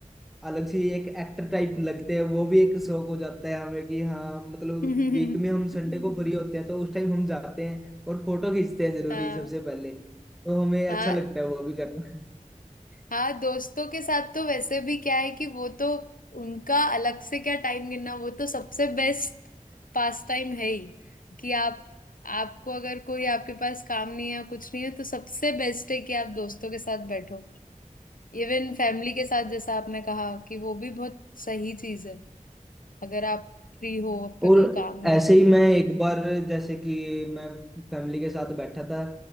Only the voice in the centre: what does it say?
अलग से एक एक्टर टाइप लगते हैं वो भी एक शौक हो जाता है हमें कि हाँ मतलब
वीक में हम
संडे को फ्री होते हैं तो उस टाइम हम जाते हैं और फोटो खींचते हैं जरूरी
सबसे पहले तो हमें
अच्छा लगता है वो भी करना
और
ऐसे
ही मैं एक बार जैसे कि मैं फैमिली के साथ बैठा था